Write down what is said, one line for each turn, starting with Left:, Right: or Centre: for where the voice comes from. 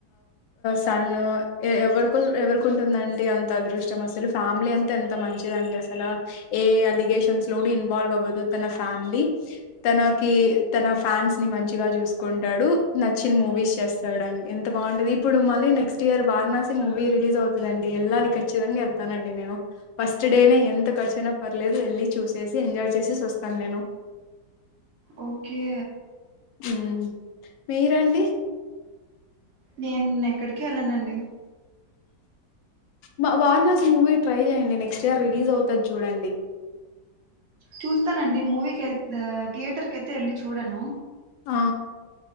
Left: సన్ ఎవరి ఎవరికుంటుందంటి అంత అదృష్టం అసలు ఫ్యామిలీ అంతా ఎంత మంచిదండి అస అలా ఏ అలిగేషన్స్ లోని ఇన్వాల్వ్ అవ్వదు తన ఫ్యామిలీ తనకి తన ఫ్యాన్స్ ని మంచిగా చూసుకుంటాడు నచ్చిన మూవీస్ చేస్తాడు అని ఎంత బాగుంటుంది ఇప్పుడు మళ్ళీ next year Varanasi movie release అవుతదండి వెళ్ళాలి ఖచ్చితంగా వెళ్తానండి నేను ఫస్ట్ డేనే ఎంత ఖర్చుయినా పర్లేదు వెళ్ళి చూసేసి ఎంజాయ్ చేసేసి వస్తాను నేను
Right: ఓకే
Left: మ్మ్ మీరండి
Right: నేను ఎక్కడికి వెళ్ళనండి
Left: వా వారణాసి మూవీ ట్రై చేయండి నెక్స్ట్ ఇయర్ రిలీజ్ అవుతాది చూడండి
Right: చూస్తానండి మూవీకై థియేటర్ కయితే ఎళ్ళి చూడను
Left: ఆ